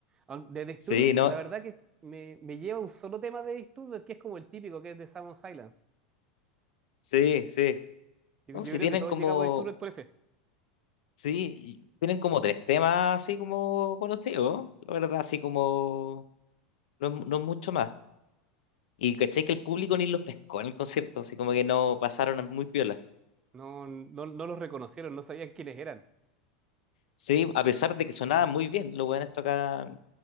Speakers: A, on the right; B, on the left.
A: Aun- De Disturbed,
B: Sí, no,
A: la verdad que me, me lleva un solo tema de Disturbed, que es como el típico, que es de Samus Island.
B: sí, sí.
A: Yo,
B: No,
A: yo
B: si
A: creo
B: tienen
A: que todos
B: como,
A: llegamos a Disturbed por ese.
B: sí, y tienen como tres temas así como conocidos, la verdad, así como, no, es- no es mucho más. Y caché que el público ni los pescó en el concierto, así como que no pasaron a- muy piola.
A: No, no, no los reconocieron, no sabían quiénes eran.
B: Sí, a pesar de que sonaba muy bien, los buenos tocaban,